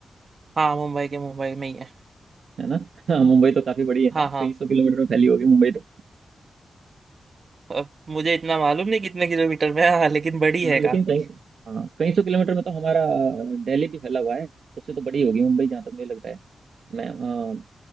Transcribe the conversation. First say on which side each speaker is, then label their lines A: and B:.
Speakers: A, on the right; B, on the right.
A: हाँ मुंबई के मुंबई में ही है
B: है ना <laughs> हाँ, मुंबई तो काफी बड़ी है
A: हाँ
B: ना
A: हाँ
B: कई सौ किलोमीटर में फैली होगी मुंबई तो
A: अब मुझे इतना मालूम नहीं कितने किलोमीटर में है, हाँ लेकिन बड़ी
B: हाँ
A: है
B: लेकिन
A: काफी
B: कई हाँ कई सौ किलोमीटर में तो हमारा अ, दिल्ली भी फैला हुआ है उससे तो बड़ी होगी मुंबई जहाँ तक मुझे लगता है मैं अ,